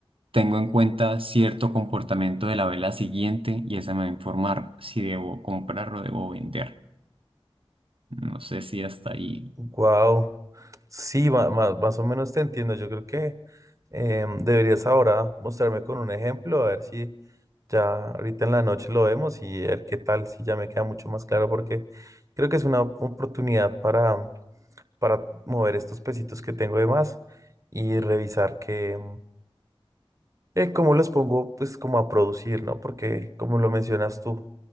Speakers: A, on the right (about 65°); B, on the right (about 35°).
A: tengo en cuenta cierto comportamiento de la vela siguiente y esa me va a informar si debo comprar o debo vender. No sé si hasta ahí.
B: Wow, sí, ma- ma- más, o menos te entiendo. Yo creo que em, deberías ahora mostrarme con un ejemplo, a ver si ya ahorita en la noche lo vemos y ver qué tal, si ya me queda mucho más claro, porque creo que es una oportunidad para, para mover estos pesitos que tengo de más y revisar que, eh, cómo los pongo pues como a producir, ¿no? Porque como lo mencionas tú,